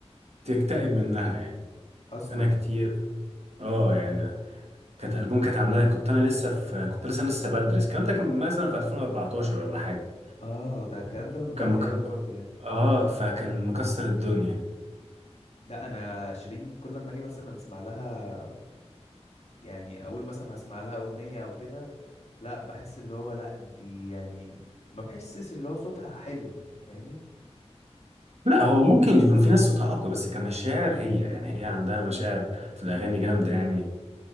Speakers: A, on the right; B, on the left.
A: تكتئب منها يعني
B: اصلا
A: أنا كتير أه يعني كانت ألبوم كانت عاملاه كنت أنا لسه في كنت لسه لسه بدرس الكلام ده كان مثلا في 2014 ولا حاجة
B: اه ده الكلام ده من
A: كان
B: بدري
A: مك...
B: قوي برضو يعني
A: أه فكان مكسر الدنيا
B: لا انا شيرين كل ما اجي مثلا اسمع لها يعني اقول مثلا هسمع لها اغنيه او كده لا بحس اللي هو لا انتي يعني ما بحسش اللي هو صوتها حلو فاهمني
A: لا هو ممكن يكون في ناس صوتها اقوى بس كمشاعر هي يعني هي عندها مشاعر في الاغاني جامده يعني